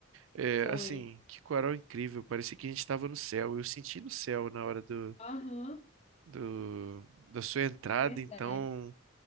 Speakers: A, on the right; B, on the left.
A: É,
B: Foi.
A: assim, que coral incrível. Parecia que a gente estava no céu. Eu senti no céu na hora do,
B: Aham,
A: do- da sua entrada,
B: é verdade.
A: então.